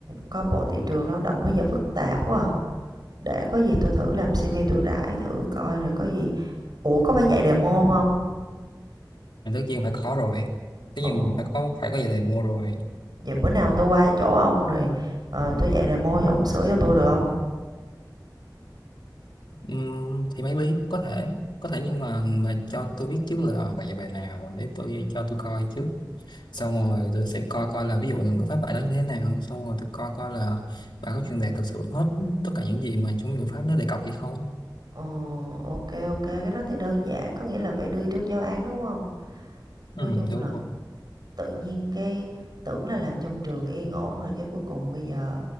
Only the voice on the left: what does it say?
Thì tất nhiên phải có rồi tất
nhiên mình phải có phải có dạy đề mua rồi
ừm thì maybe có thể có thể nhưng mà mà cho tôi biết trước là bài dạy bài nào để tôi cho tôi coi trước xong rồi tôi sẽ coi coi là ví dụ là ngữ pháp bài đó như thế nào xong rồi tôi coi coi là bạn có truyền đạt thực sự hết tất cả những gì mà trong ngữ pháp nó đề cập hay không
ừ,
đúng
rồi